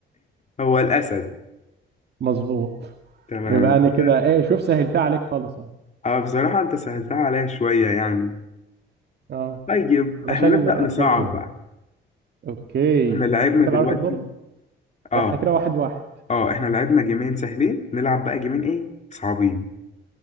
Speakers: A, on the left; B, on the right.
A: هو الأسد
B: مظبوط
A: تمام
B: يبقى أنا
A: كده
B: كده إيه شوف سهلتها عليك خالص أهو.
A: اه بصراحة انت سهلتها عليا شوية يعني
B: آه
A: طيب
B: علشان
A: احنا نبدأ
B: عشان
A: نصعب
B: ت...
A: بقى
B: أوكي
A: احنا لعبنا
B: أنت
A: دلوقتي
B: اللي عليك الدور
A: اه
B: إحنا كده واحد واحد
A: اه احنا لعبنا جيمين سهلين نلعب بقى جيمين ايه صعبين